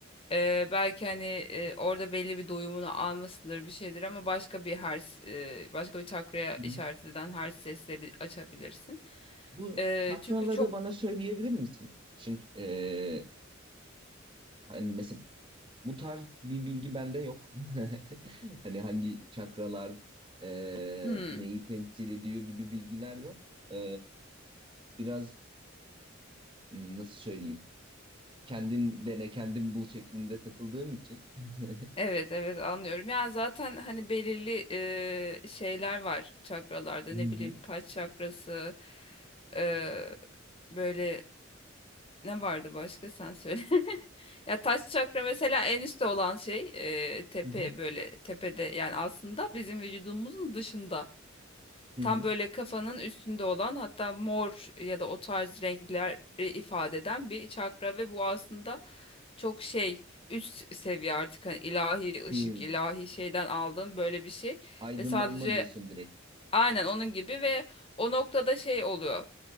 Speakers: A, on the left (about 30°); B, on the right (about 25°).
A: Eee, belki hani eee, orada belli bir doyumunu almasıdır bir şeydir ama başka bir hers eee, başka bir çakraya
B: hı
A: işaret
B: hı.
A: eden hers sesleri açabilirsin.
B: Bu
A: Eee,
B: çakraları
A: çünkü çok
B: bana söyleyebilir misin? Çünkü e, hani mesela bu tarz bir bilgi bende yok. <laughs> Hani hangi çakralar e,
A: Hmm,
B: neyi temsil ediyor gibi bilgiler yok. E, biraz m, nasıl söyleyeyim? Kendin dene, kendin bul şeklinde takıldığım için. <laughs>
A: evet evet anlıyorum. Ya zaten hani belirli eee, şeyler var çakralarda
B: Hı
A: ne
B: hı.
A: bileyim taç çakrası eee, böyle ne vardı başka sen söyle. <laughs> Ya taş çakra mesela en üstte olan şey eee, tepe
B: <laughs> Hı hı.
A: böyle tepede yani aslında bizim vücudumuzun dışında.
B: Hı
A: Tam
B: hı.
A: böyle kafanın üstünde olan hatta mor ya da o tarz renkler e, ifade eden bir çakra ve bu aslında çok şey üst seviye artık hani ilahi ışık
B: Hı.
A: ilahi şeyden aldığım böyle bir şey
B: Aydınlanma
A: ve sadece
B: diyorsun direkt.
A: aynen onun gibi ve o noktada şey oluyor